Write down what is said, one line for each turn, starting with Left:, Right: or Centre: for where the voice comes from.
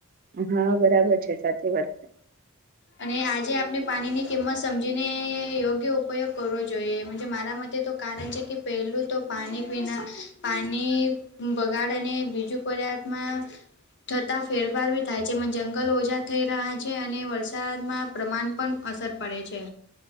Right: હા બરાબર છે સાચી વાત છે.
Left: અને આજે આપણે પાણીની કિંમત સમજીને યોગ્ય ઉપયોગ કરવો જોઈએ મંજે મારામાં તે તો કારણ છે, કે પેલું તો પાણી પીના પાણી બગાડ અને બીજું કોરાથમાં થતાં ફેરફાર ભી થાય છે, એમાં જંગલ ઓછા થઈ રહ્યા છે અને વર સાદમાં પ્રમાણ પણ અસર પડે છે.